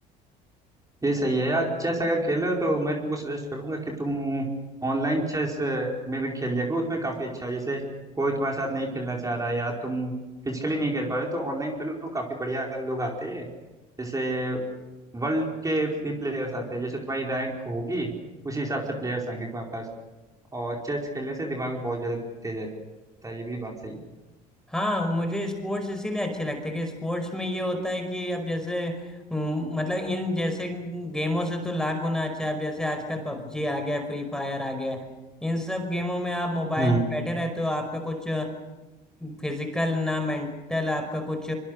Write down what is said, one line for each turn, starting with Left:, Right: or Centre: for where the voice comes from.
Right: ये सही है यार चेस अगर खेल रहे हो तो मैं तुमको सजेस्ट करूंगा कि तुम ऑनलाइन चेस में भी खेल लिया करो उसमें काफ़ी अच्छा है जैसे कोई तुम्हारे साथ नहीं खेलना चाह रहा है या तुम फिजिकली नहीं खेल पा रहे तो ऑनलाइन खेलो तो काफ़ी बढ़िया लोग आते हैं जैसे वर्ल्ड के भी प्लेयर्स आते हैं जैसे तुम्हारी रैंक होगी उसी हिसाब से प्लेयर्स आएंगे तुम्हारे पास और चेस खेलने से दिमाग भी बहुत ज्यादा तेज रहता है ये भी बात सही है
Centre: हाँ मुझे स्पोर्ट्स इसीलिए अच्छे लगते हैं कि स्पोर्ट्स में ये होता है कि अब जैसे उम, मतलब इन जैसे गेमों से तो लाख गुना अच्छा है अब जैसे आजकल पबजी आ गया फ्री फायर आ गया है। इन सब गेमों में आप मोबाइल
Right: हम्म
Centre: में बैठे रहते हो आपका कुछ फिजिकल ना मेंटल आपका कुछ